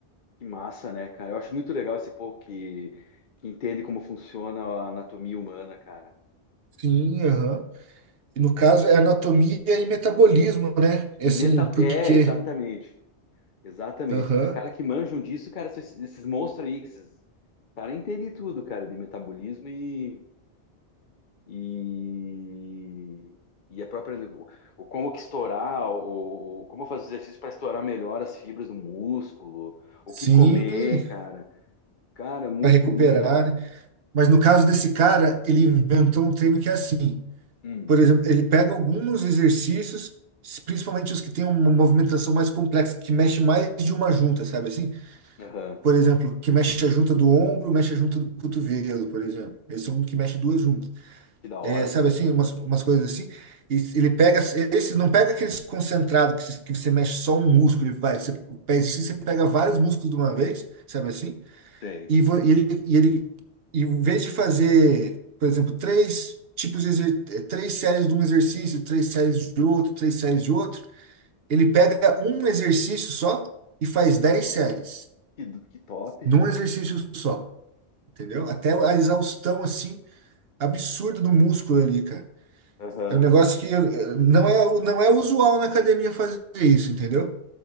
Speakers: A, on the left; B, on the right.
A: que massa, né, cara? Eu acho muito legal esse povo que, que entende como funciona a anatomia humana, cara.
B: Sim, aham. E No caso é anatomia e metabolismo, né? É
A: E
B: assim,
A: meta...
B: porque,
A: É, exatamente. Exatamente.
B: aham.
A: Os caras que manjam disso, cara, são esses, esses monstros aí, esses caras entendem tudo, cara, de metabolismo e, e, e a própria, o, o como que estourar, o, o como fazer exercício para estourar melhor as fibras do músculo, o
B: Sim,
A: que comer, cara. Cara, muito,
B: para recuperar,
A: muito da hora.
B: né? Mas no caso desse cara, ele inventou um treino que é assim.
A: Hum,
B: Por exemplo, ele pega alguns exercícios, s- principalmente os que têm uma movimentação mais complexa, que mexe mais de uma junta, sabe assim?
A: aham.
B: Por exemplo, que mexe a junta do ombro, mexe a junta do cotovelo, por exemplo. Esse é um que mexe duas juntas.
A: Que da hora,
B: É, sabe
A: cara.
B: assim, umas, umas coisas assim. E s- ele pega, s- esse não pega aqueles concentrados que, s- que você mexe só um músculo, ele vai, você, o pé exercício, você pega vários músculos de uma vez, sabe assim?
A: Tem.
B: E, vo- e ele, e ele, e em vez de fazer, por exemplo, três tipos de exer- eh, três séries de um exercício, três séries de outro, três séries de outro, ele pega um exercício só e faz dez séries
A: Que, do- que top.
B: num exercício só, entendeu? Até a exaustão assim absurda do músculo ali, cara.
A: Aham.
B: É um negócio que eh, não é o- não é usual na academia fazer isso, entendeu?